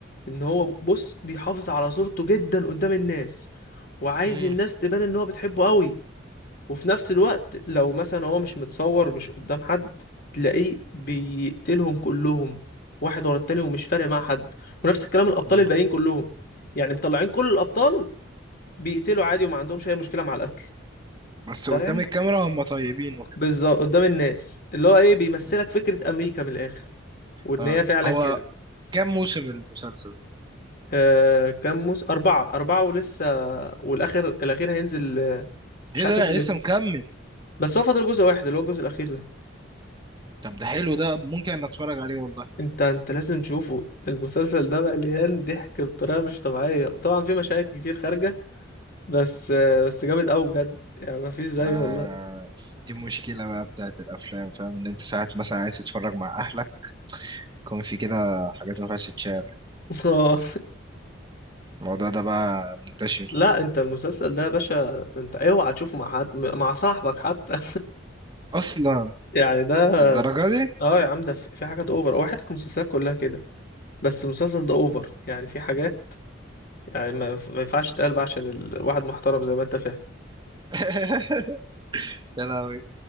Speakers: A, on the left; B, on the right.
A: ان هو بص بيحافظ على صورته جدا قدام الناس وعايز
B: مم.
A: الناس تبان ان هو بتحبه قوي وفي نفس الوقت لو مثلا هو مش متصور مش قدام حد تلاقيه بيقتلهم كلهم واحد ورا التاني ومش فارق مع حد ونفس الكلام الابطال
B: مم.
A: الباقيين كلهم يعني مطلعين كل الابطال بيقتلوا عادي وما عندهمش اي مشكلة مع القتل
B: بس
A: فاهم
B: قدام الكاميرا هم طيبين وكده
A: بالظبط قدام الناس اللي هو ايه بيمثلك
B: مم.
A: فكرة امريكا من الاخر وان
B: اه
A: هي فعلا
B: هو
A: كده
B: كام موسم المسلسل
A: آه كام موس اربعة اربعة ولسه والاخر الاخير هينزل آه، مش
B: ايه
A: عارف
B: ده
A: ينزل
B: لسه
A: امتى
B: مكمل
A: بس هو فاضل جزء واحد اللي هو الجزء الاخير ده
B: طب ده حلو ده ممكن انك اتفرج عليه والله
A: انت انت لازم تشوفه المسلسل ده مليان ضحك بطريقة مش طبيعية وطبعا في مشاهد كتير خارجة بس آه بس جامد قوي بجد يعني مفيش زيه
B: ما
A: والله
B: دي مشكلة بقى بتاعت الافلام فاهم ان انت ساعات مثلا عايز تتفرج مع اهلك يكون في كده حاجات ما ينفعش تتشاف
A: <laughs> آه.
B: الموضوع ده بقى منتشر
A: لا انت المسلسل ده يا باشا انت اوعى تشوفه مع حد مع صاحبك حتى
B: اصلا
A: <laughs> يعني ده
B: للدرجة دي
A: اه يا عم ده في في حاجات اوفر هو حياتك المسلسلات كلها كده بس المسلسل ده اوفر يعني في حاجات يعني ما ما ينفعش تتقال بقى عشان الواحد محترم زي ما انت فاهم
B: <laughs> يا لهوي